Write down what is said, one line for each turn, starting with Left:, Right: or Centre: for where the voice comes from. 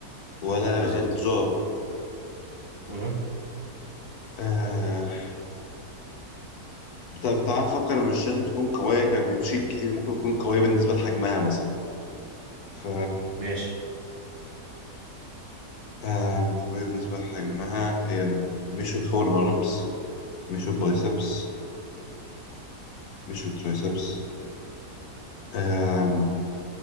Left: ولا
Right: بالظبط
Left: الجو
Right: اها
Left: آه طب تعال نفكر إن مش لازم تكون قوية كانت بتشيل كتير ممكن تكون قوية بالنسبة لحجمها مثلا ف
Right: ماشي
Left: آم، قوية بالنسبة لحجمها هي مش الفور أرمز مش البايسبس مش الترايسبس آم،